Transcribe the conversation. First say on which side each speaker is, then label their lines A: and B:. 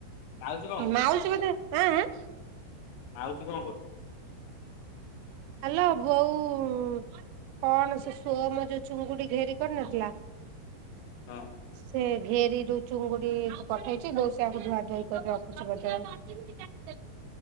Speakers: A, on the left; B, on the right.
A: ମାଉସୀ କଣ କରୁଛି?
B: ମାଉସୀ ବୋଧେ ଆଁ ଆଁ
A: ମାଉସୀ କଣ କରୁଛି?
B: ହାଲୋ ବୋଉ କଣ ସେ ସୋମ୍ ଯୋଉ ଚୁଙ୍ଗୁଡି ଘେରି କରିନଥିଲା
A: ହଁ
B: ସେ ଘେରିରୁୁ ଚୁଙ୍ଗୁଡି ପଠେଇଛି ବୋଉ ସେୟାକୁ ଧୁଆ ଧୁଇ କରି ରଖୁଛି।